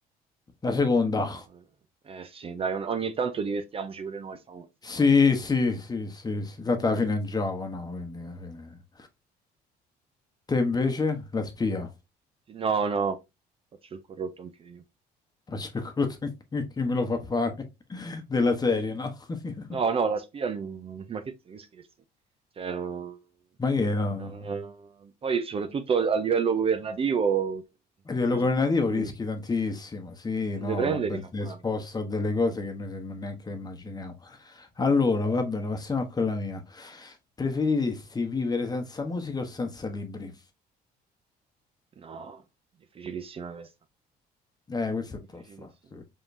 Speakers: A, on the left (about 25°); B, on the right (about 35°).
A: La seconda,
B: No, Eh eh, sì, dai, un- ogni tanto divertiamoci pure noi, fa- facciamo
A: sì,
B: un po' di soldi.
A: sì, sì, sì, sì, tanto alla fine è un gioco, no? Quindi alla fine... Te invece la spia,
B: Sì, No, no, faccio il corrotto anche io.
A: faccio il crudo <laughs> chi me lo fa fare <laughs> della serie,
B: Sì, sì.
A: no? <laughs>
B: No, no, la spia non... <laughs> Ma che, che scherzi? Cioè, non-
A: Ma che no?
B: non-
A: no.
B: Poi, soprattutto a livello governativo,
A: A livello
B: cioè,
A: governativo
B: se qualcuno
A: rischi
B: ti,
A: tantissimo, sì,
B: qualcuno
A: no,
B: ti prende,
A: vabbè,
B: ti fa
A: sei
B: male.
A: esposto a delle cose che noi non neanche le immaginiamo. Allora, va bene, passiamo a quella mia. Preferiresti vivere senza musica o senza libri?
B: No, difficilissima questa.
A: Eh, questo è
B: Difficilissimo.
A: tosto, sì,